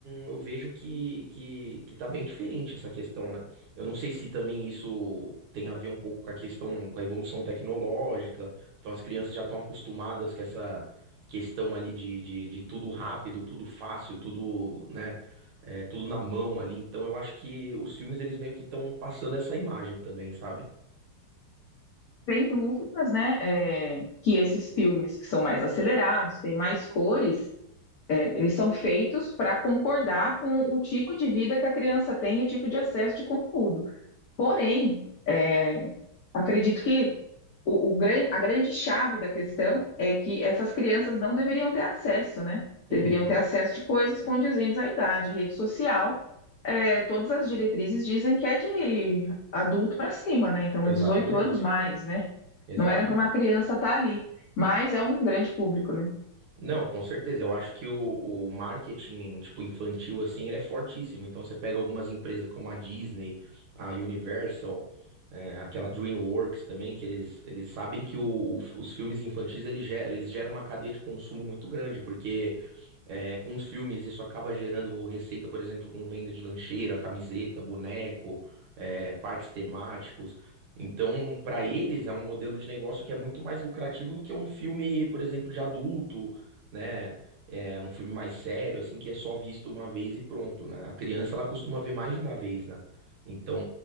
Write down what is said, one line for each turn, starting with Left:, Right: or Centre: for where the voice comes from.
Right: eu vejo que, que, que tá bem diferente essa questão, né? Eu não sei se também isso tem a ver um pouco com a questão, com a evolução tecnológica. Então as crianças já estão acostumadas com essa questão ali de, de, de tudo rápido, tudo fácil, tudo, né? é, tudo na mão ali. Então eu acho que os filmes eles meio que estão passando essa imagem também, sabe?
Left: Sem dúvidas, né? eh, que esses filmes que são mais acelerados, têm mais cores. eh, eles são feitos para concordar com o tipo de vida que a criança tem e o tipo de acesso de conteúdo. Porém, é, Acredito que o, o gran- a grande chave da questão é que essas crianças não deveriam ter acesso, né?
Right: Uhum.
Left: Deveriam ter acesso de coisas condizentes à idade. Rede social, é, todas as diretrizes dizem que é de adulto para cima, né? Então é
Right: Exatamente,
Left: 18 anos mais, né?
Right: exatamente.
Left: Não era para uma criança estar ali, mas é um grande público, né?
Right: Não, com certeza. Eu acho que o, o marketing, tipo, infantil, assim, ele é fortíssimo. Então, você pega algumas empresas como a Disney, a Universal, é, aquela DreamWorks também, que eles, eles sabem que o- o- os filmes infantis, eles, ge- eles geram uma cadeia de consumo muito grande, porque é, com os filmes, isso acaba gerando receita, por exemplo, com venda de lancheira, camiseta, boneco, é, parques temáticos. Então, para eles, é um modelo de negócio que é muito mais lucrativo do que um filme, por exemplo, de adulto, né? É um filme mais sério, assim, que é só visto uma vez e pronto, né? A criança, ela costuma ver mais de uma vez, né? Então,